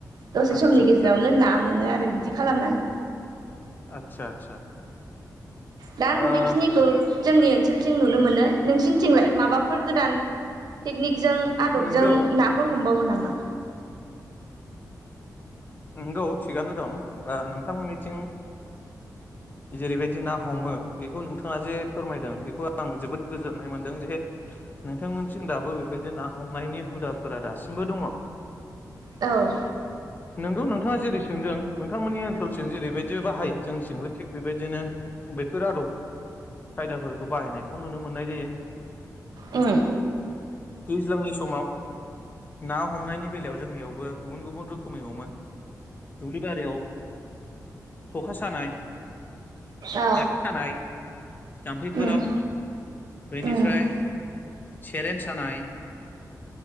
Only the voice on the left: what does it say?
आतसा
आतसा
आतसा आतसा
ओ
नोंगौ
नंगौ। थिगानो दं नोंथांमोननि <inaudible> जेरैबायदि ना हमो बेखौ नोंथाङा जे फोरमायदों बेखौ आं जोबोद गोजोननाय मोनदों जे नोंथांमोनसिं दाबो बेबायदि ना हमनायनि हुदाफोरा दासिमबो दङ!
नोंगौ नोंथाङा जेरै संदों नोंथांमोननि ओनसोलसिम जेरैबायदि बाहायो जोंथिंबो। थिग बेबायदिनो बेफोर आदब खायदाफोरखौ बाहायनायखौ नुनो मोननाय जायो।
दैज्लांनि समाव ना हमनायनि बेलायाव जोंनियावबो गुबुन गुबुन रोखोमै हमो दुब्लि बारियाव खखा सानाय
थाख थानायानाय जाम्फैफोराव
बेनिफ्राय
सेरेन सानाय